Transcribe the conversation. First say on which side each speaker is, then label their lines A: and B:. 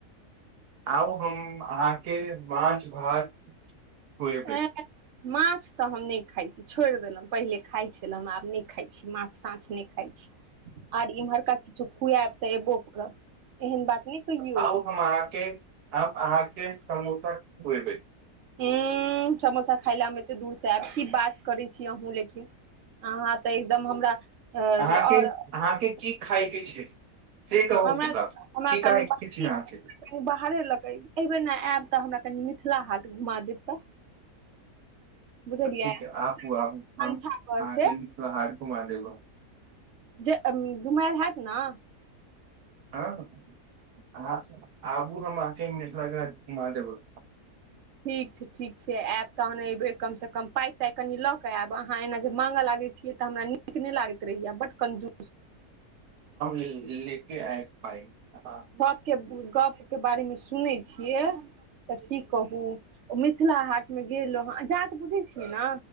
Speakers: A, on the right; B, on the right.
A: आउ हम अहाँकेँ माछ भात खुएबे।
B: ए माछ तऽ हम नहि खाई छी। छोड़ि देलहुँ पहिले खाइत छल, आब नहि खाइ छी माछ ताछ नहि खाइत छी। आर इम्हरका किछो खुआ बा तऽ एबो करब एहन बात नहि कहियौ
A: आउ हम अहाँके हम अहाँके समोसा खुएबै।
B: औ समोसा खाय ल मे एते दूर से आयब की बात करै छी अहूँ लेकिन। अहाँ तऽ एकदम हमरा।
A: अहाँके
B: आओर
A: अहाँके की खायके छै। से कहू
B: हमरा
A: बकि
B: हमरा कनि
A: कह छी
B: बाहरी
A: अहा के
B: कनि बाहरे लऽ के एहिबर न आयब तऽ हमरा कनि मिथिला हाट घुमा देब तऽ।
A: <inaudible>
B: बुझलियै
A: तऽ ठीक आबू आब
B: भनसा घर
A: अके
B: छै
A: हार घुमा देगो।
B: जे घुमर होत ने।
A: अच्छा आबू ने आख मिथिलाके घुमा देबै।
B: ठीक छै ठीक छै आयब तहन एहि बेर कमसँ कम पाइ ताइ कनि लऽ कऽ आयब अहाँ एना जे माँगऽ लागै छिय। हमरा नीक नहि लागैत रहैया बट कंजूर।
A: लेके आय पाइ। हूँ
B: सभके गप के बारे मे सुनै छियै तऽ कि कहू ओ मिथिला हाटमे गेलहुँ हँ आ जात बुझै छियै ने।